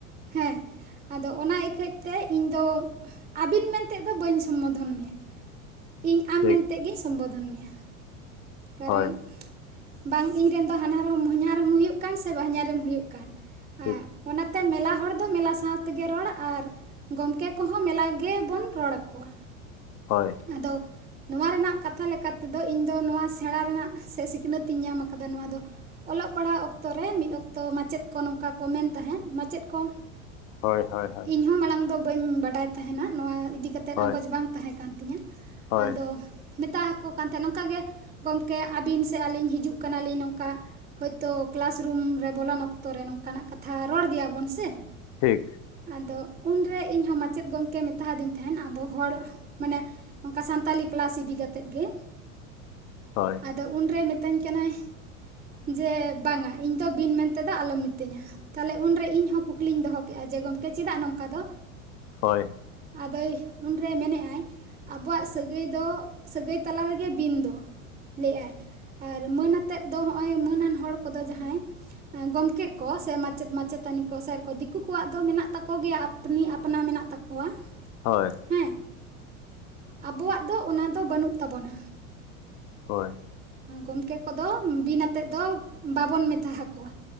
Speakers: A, on the right; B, on the left.
A: ᱦᱮᱸ ᱟᱫᱚ ᱚᱱᱟ ᱤᱠᱷᱟᱹᱡ ᱛᱮ ᱤᱧ ᱫᱚ ᱟᱹᱵᱤᱱ ᱢᱮᱱᱛᱮᱡ ᱫᱚ ᱵᱟᱹᱧ ᱥᱚᱢᱵᱳᱫᱷᱚᱱ ᱢᱮᱭᱟ ᱤᱧ ᱟᱢ
B: ᱴᱷᱤᱠ
A: ᱢᱮᱱᱛᱮ ᱜᱮᱧ ᱥᱚᱢᱵᱳᱫᱷᱚᱱ ᱢᱮᱭᱟ᱾ ᱠᱟᱨᱚᱱ
B: ᱦᱳᱭ
A: ᱵᱟᱝ ᱤᱧ ᱨᱮᱱ ᱫᱚ ᱦᱟᱱᱦᱟᱨ ᱦᱚᱸᱧᱦᱟᱨᱮᱢ ᱦᱩᱭᱩᱜ ᱠᱟᱱ ᱥᱮ ᱵᱟ ᱦᱚᱧᱟᱨᱮᱢ ᱦᱩᱭᱩᱜ ᱠᱟᱱ ᱦᱮ
B: ᱴᱷᱤᱠ
A: ᱚᱱᱟ ᱛᱮ ᱢᱮᱞᱟ ᱦᱚᱲ ᱫᱚ ᱢᱮᱞᱟ ᱥᱟᱶᱛᱮ ᱜᱮ ᱨᱚᱲ ᱟᱨ ᱜᱚᱢᱠᱮ ᱠᱚᱦᱚᱸ ᱢᱮᱞᱟ ᱜᱮ ᱵᱚᱱ ᱨᱚᱲ ᱟᱠᱚᱣᱟ
B: ᱦᱚᱭ
A: ᱟᱫᱚ ᱱᱚᱣᱟ ᱨᱮᱱᱟᱜ ᱠᱟᱛᱷᱟ ᱞᱮᱠᱟ ᱛᱮᱫᱚ ᱤᱧ ᱫᱚ ᱱᱚᱣᱟ ᱥᱮᱬᱟ ᱨᱮᱱᱟᱜ ᱥᱮ ᱥᱤᱠᱷᱱᱟᱹᱛ ᱤᱧ ᱧᱟᱢ ᱠᱟᱫᱟ ᱱᱚᱣᱟ ᱫᱚ ᱚᱞᱚᱜ ᱯᱟᱲᱦᱟᱣ ᱚᱠᱛᱚ ᱨᱮ ᱢᱤᱫ ᱚᱠᱛᱚ ᱢᱟᱪᱮᱫ ᱠᱚ ᱱᱚᱝᱠᱟ ᱠᱚ ᱢᱮᱱ ᱛᱟᱦᱮᱸᱫ ᱢᱟᱪᱮᱫ ᱠᱚ
B: ᱦᱳᱭ ᱦᱳᱭ ᱦᱳᱭ
A: ᱤᱧᱦᱚᱸ ᱢᱟᱲᱟᱝ ᱫᱚ ᱵᱟᱹᱧ ᱵᱟᱰᱟᱭ ᱛᱟᱦᱮᱱᱟ ᱱᱚᱣᱟ ᱤᱫᱤ ᱠᱟᱛᱮ ᱟᱸᱜᱚᱪ
B: ᱦᱳᱭ
A: ᱵᱟᱝ ᱛᱟᱦᱮᱸ ᱠᱟᱱ ᱛᱤᱧᱟᱹ
B: ᱦᱳᱭ
A: ᱟᱫᱚ ᱢᱮᱛᱟ ᱦᱟᱠᱚ ᱠᱟᱱ ᱛᱟᱦᱮᱸ ᱱᱚᱝᱠᱟᱜ ᱜᱮ ᱜᱚᱢᱠᱮ ᱟᱹᱵᱤᱱ ᱥᱮ ᱟᱹᱞᱤᱧ ᱦᱤᱡᱩᱜ ᱠᱟᱱᱟᱞᱤᱧ ᱱᱚᱝᱠᱟ ᱦᱳᱭᱛᱳ ᱠᱮᱞᱟᱥᱨᱩᱢ ᱨᱮ ᱵᱚᱞᱚᱱ ᱚᱠᱛᱚ ᱨᱮ ᱱᱚᱝᱠᱟᱱᱟᱜ ᱠᱟᱛᱷᱟ ᱨᱚᱲ ᱜᱮᱭᱟᱵᱚᱱ ᱥᱮ
B: ᱴᱷᱤᱠ
A: ᱟᱫᱚ ᱩᱱᱨᱮ ᱤᱧᱦᱚᱸ ᱢᱟᱪᱮᱫ ᱜᱚᱢᱠᱮ ᱢᱮᱛᱟᱫᱤᱧ ᱛᱟᱦᱮᱱ ᱟᱵᱚ ᱦᱚᱲ ᱢᱟᱱᱮ ᱚᱱᱠᱟ ᱥᱟᱱᱛᱟᱞᱤ ᱠᱮᱞᱟᱥ ᱤᱫᱤ ᱠᱟᱛᱮᱫ ᱜᱮ
B: ᱦᱳᱭ
A: ᱟᱫᱚ ᱩᱱᱨᱮ ᱢᱤᱛᱟᱹᱧ ᱠᱟᱱᱟᱭ ᱡᱮ ᱵᱟᱝᱟ ᱤᱧ ᱫᱚ ᱵᱤᱱ ᱢᱮᱱᱛᱮᱫᱚ ᱟᱞᱚᱢ ᱢᱤᱛᱟᱹᱧᱟ ᱛᱟᱦᱞᱮ ᱩᱱᱨᱮ ᱤᱧᱦᱚᱸ ᱠᱩᱠᱞᱤᱧ ᱫᱚᱦᱚ ᱠᱮᱜ-ᱟ ᱡᱮ ᱜᱚᱢᱠᱮ ᱪᱮᱫᱟᱜ ᱱᱚᱝᱠᱟ ᱫᱚ
B: ᱦᱳᱭ
A: ᱟᱫᱚᱭ ᱩᱱᱨᱮ ᱢᱮᱱᱮᱼᱟᱭ ᱟᱵᱚᱣᱟᱜ ᱥᱟᱹᱜᱟᱹᱭ ᱫᱚ ᱥᱟᱹᱜᱟᱹᱭ ᱛᱟᱞᱟ ᱨᱮᱜᱮ ᱵᱤᱱ ᱫᱚ ᱞᱮᱜ-ᱟᱭ ᱟᱨ ᱢᱟᱹᱱ ᱟᱛᱮᱫ ᱫᱚ ᱱᱚᱜ-ᱚᱭ ᱢᱟᱹᱱᱟᱱ ᱦᱚᱲ ᱠᱚᱫᱚ ᱡᱟᱦᱟᱸᱭ ᱜᱚᱢᱠᱮ ᱠᱚ ᱥᱮ ᱢᱟᱪᱮᱫ ᱢᱟᱪᱮᱛᱟᱱᱤ ᱠᱚ ᱥᱮ ᱫᱤᱠᱩ ᱠᱚᱣᱟᱜ ᱫᱚ ᱢᱮᱱᱟᱜ ᱛᱟᱠᱚ ᱜᱮᱭᱟ ᱟᱯᱱᱤ ᱟᱯᱱᱟ ᱢᱮᱱᱟᱜ ᱛᱟᱠᱚᱣᱟ
B: ᱦᱳᱭ
A: ᱦᱮᱸ ᱟᱵᱚᱣᱟᱜ ᱫᱚ ᱚᱱᱟ ᱫᱚ ᱵᱟᱹᱱᱩᱜ ᱛᱟᱵᱚᱱᱟ
B: ᱦᱳᱭ
A: ᱜᱚᱢᱠᱮ ᱠᱚᱫᱚ ᱵᱤᱱ ᱟᱛᱮᱫ ᱫᱚ ᱵᱟᱵᱚᱱ ᱢᱮᱛᱟ ᱟᱠᱚᱣᱟ